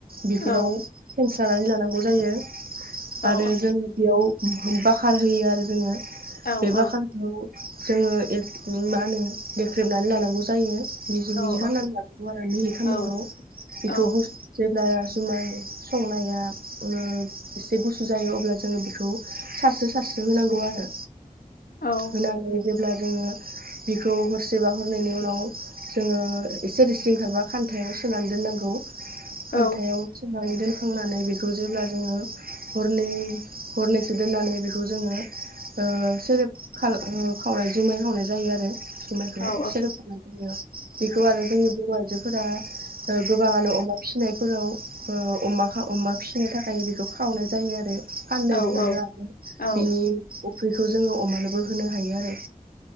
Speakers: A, on the right; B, on the left.
A: बेफोराव
B: औ
A: फोनसानानै लानांगौ जायो।
B: औ
A: आरो जोङो बेयाव बाखार होयो आरो जोङो।
B: औ
A: बे
B: औ
A: बाखारखौ जोङो ए मा होनो देख्रेबनानै लानांगौ जायो। मिजि-
B: औ
A: मिजि
B: औ
A: खालामनानै लानांगौ आरो मिजि खालामनांगौ।
B: औ
A: बेखौबो
B: औ
A: गु
B: औ
A: जुमनाय संनाया ओ एसे गुसु जायो अबला जोङो बेखौ सासे <unintelligible> होनांगौ आरो।
B: औ
A: होनानै जेब्ला जोङो बिखौ हरसेबा हरनायनि उनाव जोङो एसे रोसि ओंखारबा खान्थायाव सोनानै दोननांगौ।
B: औ
A: खान्थायाव सोनानै दोन खांनानै बेखौ जेब्ला जोङो हरनै हरनैसो दोननानै बेखौ जोङो ओ सेरेब खावनाय जुमाय खावनाय जायो आरो। माइखौ।
B: औ
A: सेरेब खालामनानै जायो। बेखौ आरो जोंनि बर' आइजोफोरा गोबाङानो अमा फिसिनायफोराव, ओ अमा फिसिनो थाखाय बेखौ खावनाय जायो आरो। फाननोबो
B: औ
A: मोनो आरो
B: औ
A: बिनि अफ्रि बेखौ जोङो अमानोबो होनो हायो आरो।